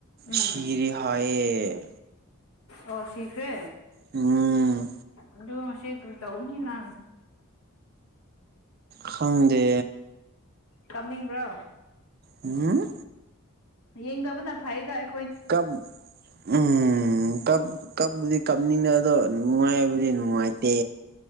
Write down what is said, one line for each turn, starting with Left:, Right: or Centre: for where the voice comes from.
Left: ꯎꯝ
Right: ꯁꯤꯔꯦ ꯍꯥꯏꯌꯦ
Left: ꯑꯣ ꯁꯤꯈ꯭ꯔꯦ
Right: ꯎꯝ
Left: ꯑꯗꯨ ꯉꯁꯤ ꯀ꯭ꯔꯤ ꯇꯧꯒꯅꯤ ꯅ
Right: ꯈꯪꯗꯦ
Left: ꯀꯞꯅꯤꯡꯕ꯭ꯔꯣ
Right: ꯎꯝ
Left: ꯌꯦꯡꯗꯕꯅ ꯐꯩꯗ ꯑꯩ
Right: ꯀꯞ ꯎꯝ ꯎꯝ ꯀꯞꯄꯗꯤ ꯀꯞꯅꯤꯡꯗ ꯑꯗꯣ ꯅꯨꯡꯉꯥꯏꯕꯨꯗꯤ ꯅꯨꯡꯉꯥꯏꯇꯦ